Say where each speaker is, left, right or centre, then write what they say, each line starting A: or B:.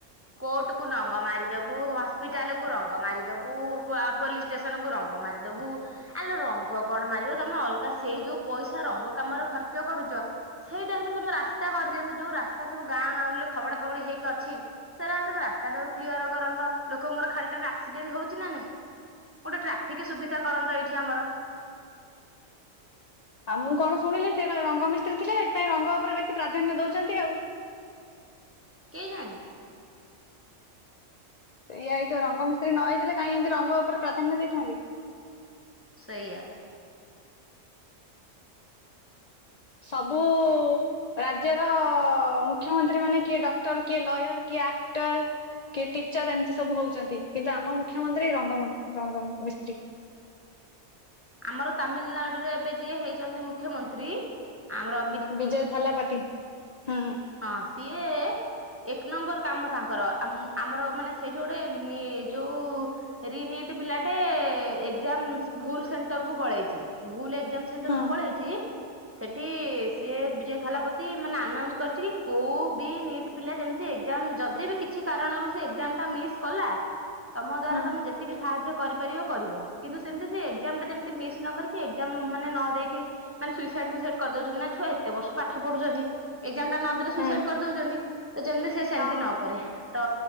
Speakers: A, on the right (about 15°); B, on the left (about 75°).
A: କୋର୍ଟ କୁ ରଙ୍ଗ ମାରିଦବୁ, ହସ୍ପିଟାଲ କୁ ରଙ୍ଗ ମାରିଦବୁ, ପୋଲିସ ଷ୍ଟେସନ କୁ ରଙ୍ଗ ମାରିଦବୁ ଆଲୋ ରଙ୍ଗ କଣ ମାରିବ? ତମେ ଅଲଗା ସେଇ ଯୋଉ ପଇସା ରଙ୍ଗ କାମରେ ଖର୍ଚ୍ଚ କରୁଛ, ସେଇଟା ହେଲେ ତମେ ରାସ୍ତା କରିଦିଅନ୍ତ, ଯୋଉ ରାସ୍ତା ସବୁ ଗାଁ ଗାଁଉଲିରେ ଖବଡା ଖବଡି ହେଇକି ଅଛି, ସେଇଟା ହେଲେ ତମେ ରାସ୍ତା ଟାକୁ କ୍ଲିୟର କରନ୍ତ ଲୋକଙ୍କର ଖାଲିଟାରେ ଆକ୍ସିଡେଣ୍ଟ ହଉଛି। ଛିନା ନାଇଁ ଗୋଟେ ଟ୍ରାଫିକ ସୁବିଧା କରନ୍ତ ଏଇଠି ଆମର।
B: ଆଉ ମୁଁ କଣ ଶୁିଣିଲି ସିଏ କାଳେ ରଙ୍ଗ ମିସ୍ତ୍ରୀ ଥିଲେ, ସେଥିପାଇଁ ରଙ୍ଗ ଉପରେ ବେଶୀ ପ୍ରାଧାନ୍ୟ ଦଉଛନ୍ତି ଆଉ।
A: କେଇଜାଣି?
B: ସେଇଆ ହେଇଥିବ ରଙ୍ଗ ମିସ୍ତ୍ରୀ ନ ହେଇଥିଲେ କାଇଁ ଏମିତି ରଙ୍ଗ ଉପରେ ପ୍ରାଧାନ୍ୟ ଦେଇଥାନ୍ତେ।
A: ସେଇଆ।
B: ସବୁ ରାଜ୍ୟର ଅ ମୁଖ୍ୟମନ୍ତ୍ରୀ ମାନେ କିଏ ଡକ୍ଟର, କିଏ ଲୟର, କିଏ ଆକ୍ଟର, କି ଟିଚର ଏମିତି ସବୁ ହଉଛନ୍ତି, କିନ୍ତୁ ଆମ ମୁଖ୍ୟମନ୍ତ୍ରୀ ରଙ୍ଗ ରଙ୍ଗ ମିସ୍ତ୍ରୀ।
A: ଆମର ତାମିଲନାଡୁରେ ଏବେ ଯିଏ ହେଇଛନ୍ତି ମୁଖ୍ୟମନ୍ତ୍ରୀ ଆମର
B: ବିଜୟ ଥାଲାପତି। ହୁଁ ହୁଁ।
A: ହଁ ସିଏ ଏକ ନମ୍ବର କାମ ତାଙ୍କର ଆମ ଆମର ମାନେ ସେଇଠି ଗୋଟେ ନି ଯୋଉ ରିନ୍ ଇଟି ପିଲାଟେ ଏକ୍ସ୍ରାମ ଭୁଲ ସେଣ୍ଟର କୁ ପଳେଇଚି ଭୁଲ ଏକ୍ସ୍ରାମ୍ ସେ ସେଣ୍ଟରକୁ
B: ହଁ
A: ପଳେଇଚି ସେଠି ସିଏ ବିଜୟ ଥାଲା ପତି ମାନେ ଆନାଉଁସ କରିଚି କି କୋଉ ବି ନିଟ୍ ପିଲା ଯେମିତି ଏକ୍ସାଂ ଯଦି ବି କିଛି କାରଣରୁ ସେ ଏକ୍ସାମଟା ମିସ୍ କଲା ତମ ଦ୍ଵାରା
B: ହଁ
A: ତମେ ଯେତିକି ସାହାଯ୍ୟ କରିପାରିବ କରିବ କିନ୍ତୁ ସେମିତି ସେ ଏକ୍ସାଁ ଟା ଯେମିତି ମିସ୍ ନ କରୁ ଏକ୍ସା ମାନେ ନ ଦେଇକି ମାନେ ସୁଇସାଇଟ ଫୁଇସାଇଟ କରିଦଉଛନ୍ତି ନା ଛୁଆ ଏତେ ବର୍ଷ ପାଠ ପଢୁଛନ୍ତି। ଏକ୍ସା ଟା ନଦେଲେ ସୁଇସାଇଡ
B: ହଁ
A: କରି ଦଉଛନ୍ତି ତ ଯେମିତି ସେ ସେମିତି
B: ହଁ
A: ନ କରେ। ତ